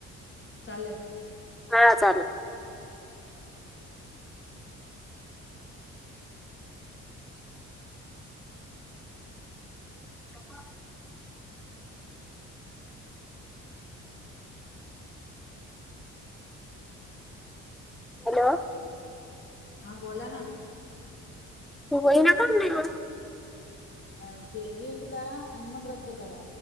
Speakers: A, on the left; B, in the centre.
A: चालेलस
B: हा चालल <unintelligible> हॅलो
A: हा बोला ना
B: वई ना काम देव
A: अचछे इंड करा आणि मग रद्द करा